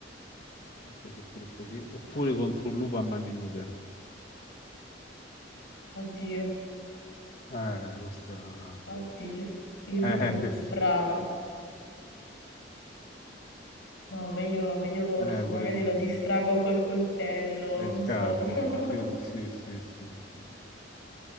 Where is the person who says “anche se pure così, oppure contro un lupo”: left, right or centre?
Left